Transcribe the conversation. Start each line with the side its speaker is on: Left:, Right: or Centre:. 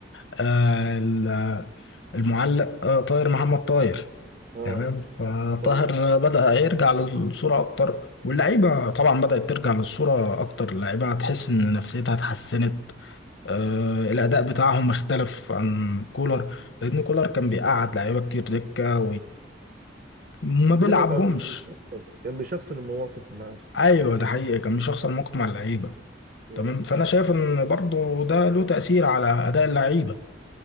Left: آه، ال- المعلق آه، طاهر محمد طاهر
Right: اه
Left: تمام فطاهر
Right: طيب
Left: بدأ يرجع للصورة أكتر واللعيبة طبعا بدأت ترجع للصورة أكتر اللعيبة هتحس إن نفسيتها اتحسنت آه، الأداء بتاعهم اختلف عن كولر لأن كولر كان بيقعد لعيبة كتير دكة وما بيلعبهمش
Right: كمان هو كان بيشخصن كان بيشخصن المواقف معاه
Left: ايوه
Right: كان
Left: ده حقيقي كان مش هيحصل موقف مع اللعيبه
Right: بيشخصن
Left: تمام فانا شايف ان برضو ده له تاثير على اداء اللعيبه